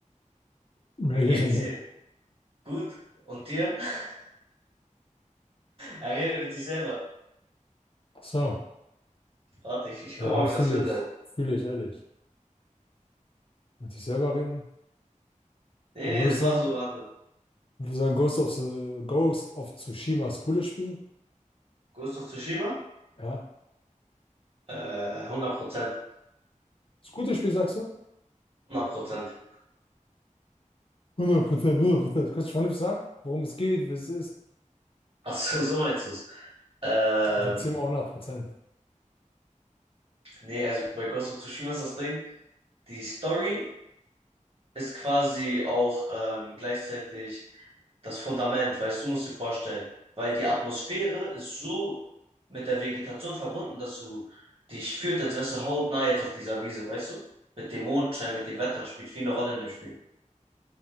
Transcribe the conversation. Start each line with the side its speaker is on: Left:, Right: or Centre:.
Left: Merk
Right: Wie geht's
Left: es mir.
Right: dir? Gut? Und dir? <laughs> Er redet mit sich selber.
Left: Ach So,
Right: Warte, ich, ich
Left: ja,
Right: guck mal, ob
Left: fühle
Right: ich das finde.
Left: ich. Fühle ich, ehrlich. Mit dich selber reden?
Right: Nee,
Left: Oder
Right: nee,
Left: würdest
Right: das war
Left: du sagen,
Right: so, warte.
Left: würdest du sagen, Ghost of the Ghost of Tsushima ist cooles Spiel?
Right: Ghost of Tsushima?
Left: Ja.
Right: Äh, 100%.
Left: Ist gutes Spiel, sagst du?
Right: 100%.
Left: 100%, 100%. Kannst du vernünftig sagen, worum es geht, was es ist?
Right: Ach so, so meinst du's. Ähm,
Left: Dann sagt sie ihm auch hundert Prozent.
Right: nee, also bei Ghost of Tsushima ist das Ding, die Story ist quasi auch ähm, gleichzeitig das Fundament, weißt du, musst dir vorstellen, weil die Atmosphäre ist so mit der Vegetation verbunden, dass du dich fühlst, als wärst du hautnah jetzt auf dieser Wiese, weißt du? Mit dem Mondschein, mit dem Wetter, das spielt viel eine Rolle in dem Spiel.